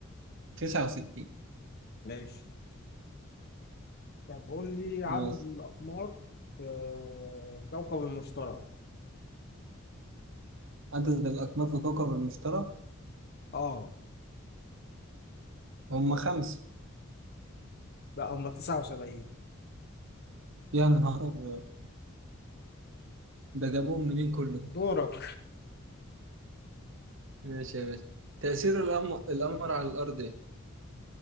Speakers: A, on the right (about 65°); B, on the left (about 50°).
A: تسعة وستين
B: ماشي طب قول لي عدد
A: ماشي
B: الأقمار في كوكب المشتري
A: عدد الأقمار في كوكب المشتري
B: اه
A: هم خمسة
B: لا هما 79
A: يا نهار أبيض ده جابوهم منين كل ده
B: دورك
A: ماشي يا باشا تأثير القمر القمر على الأرض إيه؟